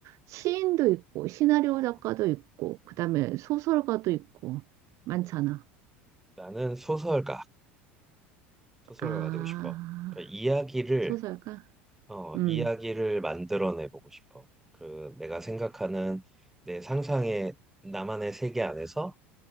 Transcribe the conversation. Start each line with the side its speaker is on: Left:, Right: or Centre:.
Right: 시인도 있고 시나리오
Centre: 어,
Right: 작가도 있고 그다음에 소설가도 있고 많잖아.
Centre: 음. 나는 소설가, 소설가가
Right: 아,
Centre: 되고 싶어. 그러니까 이야기를
Right: 소설가?
Centre: 어,
Right: 음.
Centre: 이야기를 만들어내보고 싶어. 그 내가 생각하는 내 상상의 나만의 세계 안에서